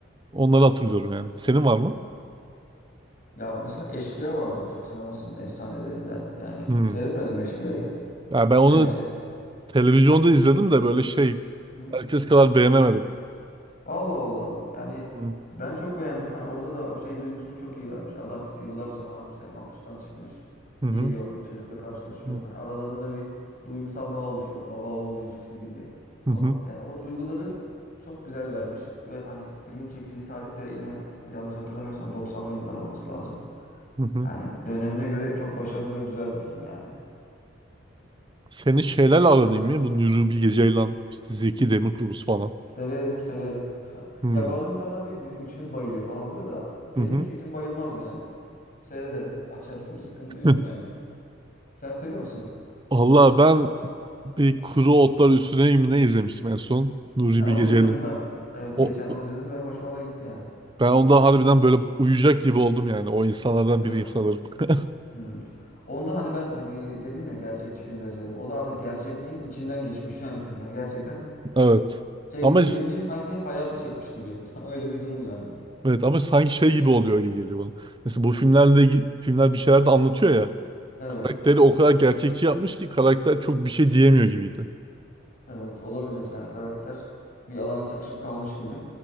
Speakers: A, on the right; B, on the left.
A: Onları hatırlıyorum yani. Senin var mı?
B: Ya mesela Eşkıya vardır Türk sinemasının efsanelerinden. Yani
A: Hmm.
B: seyretmedim mi Eşkıya'yı?
A: Yani ben onu
B: Şener Şener.
A: televizyonda izledim de böyle şey
B: Hı.
A: herkes kadar beğenemedim.
B: Allah Allah. Yani
A: Hmm.
B: ben çok beğendim. Hani orada da o şey duygusunu çok iyi vermiş. Adam işte yıllar sonra işte mahpustan çıkmış.
A: Hı hı.
B: Geliyor bir çocukla karşılaşıyor.
A: Hmm.
B: Hani aralarında bir duygusal bağ oluşuyor. Baba oğul ilişkisi gibi
A: Hı
B: falan.
A: hı.
B: Yani o duyguları çok güzel vermiş. Ve hani filmin çekildiği tarih de yine yanlış hatırlamıyorsam 90'lı yıllar olması lazım.
A: Hı hı.
B: Yani dönemine göre çok başarılı ve güzel bir film yani.
A: Senin şeylerle aran iyi mi? Bu Nuri Bilge Ceylan, işte Zeki Demirkubuz falan.
B: Severim, severim. <laughs>
A: Hmm.
B: Ya bazı insanlar diyor ki bizim içimiz bayılıyor falan diyor da benim
A: Hı hı.
B: hiç içim bayılmaz yani. Seyrederim, açarım, <laughs> sıkıntı
A: <laughs>
B: yok yani. Sen seviyor musun?
A: Allah ben bir Kuru Otlar Üstüne mi ne izlemiştim en son? Nuri
B: Ha,
A: Bilge
B: onu izledim
A: Ceylan.
B: ben. Evet,
A: O,
B: geçen onu izledim ve hoşuma da gitti yani.
A: Ben onda harbiden böyle uyuyacak gibi oldum yani. O insanlardan
B: Evet.
A: biriyim sanırım. <laughs>
B: Hmm. Onda hani ben e, bir dedim ya gerçekçi filmleri seviyorum. O da artık gerçekliğin içinden geçmiş <laughs> yani film. Yani gerçekten
A: Evet.
B: şey
A: Ama
B: değil, film değil sanki hayatı çekmiş gibi. <laughs> Öyle bir durum yani.
A: evet ama sanki şey gibi oluyor gibi geliyor bana. Mesela bu filmlerle filmler bir şeyler de anlatıyor ya.
B: Evet.
A: Karakteri o kadar gerçekçi yapmış ki karakter çok bir şey diyemiyor gibiydi.
B: Evet olabilir yani karakter bir alana sıkışıp kalmış gibi.